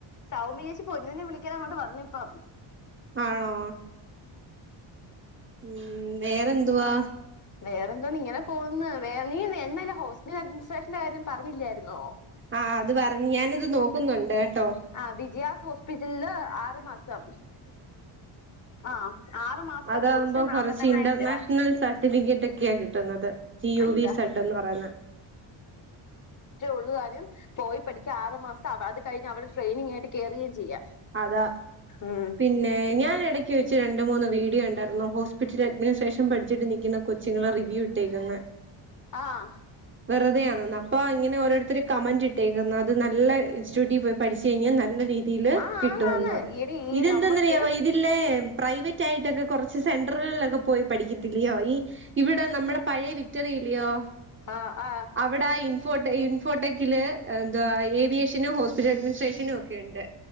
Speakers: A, on the left (about 40°); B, on the right (about 25°).
A: സൗമി ചേച്ചി പൊന്നുനെ വിളിക്കാ അങ്ങോട്ട് വന്ന ഇപ്പം
B: ആണോ ഉ വേറെന്തുവാ
A: വേറെ എന്തോണ്ട് ഇങ്ങനെ പോകന്ന് വേറെ നീ എന്നല്ല ഹോസ്റ്റൽ അഡ്മജിനിസ്ട്രേഷന്റെ കാര്യം പറഞ്ഞില്ലായിരുന്നോ
B: ആ അത് പറഞ്ഞഞ് ഞാനത് നോക്കുന്നുണ്ട് കേട്ടോ
A: ആ വിജയാസ് ഹോസ്പിറ്റലില് ആറു മാസം ആ ആറ് മാസത്തെ
B: അതാകുമ്പോ
A: കോഴ്സിന് നാപ്പത്തെണ്ണായിരം
B: കൊറച്ച് ഇന്റർനാഷണൽ
A: രൂപ
B: സർട്ടിഫിക്കറ്റ് ഒക്കെയാ കിട്ടുന്നത് ജി യു
A: ആ ഇതാ
B: വി സഡ്ന്ന് പറയുന്ന
A: ഉള്ളുകാനും പോയി പഠിക്കുക ആറ് മാസം അത് കഴിഞ്ഞ് അവവിടെ ട്രെയിനിങ് ആയിട്ട് കയറുകയും ചെയ്യാം
B: അതാ
A: ഉം
B: പിന്നെ ഞാൻ ഇടക്ക് ച്ച് രണ്ടു മൂന്ന് വീഡിയോ ഉണ്ടായിരുന്നു ഹോസ്പിറ്റലിൽ അഡ്മിനിസ്ട്രേഷൻ പഠിച്ചിട്ട് നൽിക്കുന്ന കൊച്ചുങ്ങളെ റിവ്യൂ ഇട്ടേക്കന്ന്
A: ആഹ
B: വെറുതെയാണെന്ന് അപ്പോ ഇങ്ങനെ ഓരുത്തരു കമന്റ് ഇട്ടേക്കുന്നത് അത് നല്ല ഇൻസ്റ്റിറ്റ്യൂട്ടിൽ പോയി പഠിച്ച കഴിഞ്ഞാൽ നല്ല രീതി ത്തിൽ
A: ആ ആന്നാന്ന് എടി ഈ
B: ഇതന്തന്ന്
A: നമ്മക്ക്
B: അറിയാമോ ഇതിലേ പ്രൈവറ്റ് ആയിട്ടൊക്കെ കുറച്ച് സെന്ററുകളിലൊക്കെ പോയി പഠിക്കത്തിില്ലയോ ഈ ഇവിടെ നമ്മുടെ പഴയ വിക്ടറില്ലയോ
A: ആ ആ
B: അവിടെ ഇൻഫോ ഇൻഫോടെക്കില് എന്താ ഏവിയേഷനും ഹോസ്പിറ്റൽ അഡ്മിനിസ്ട്രേഷനും ഒക്കെ ഉണ്ട്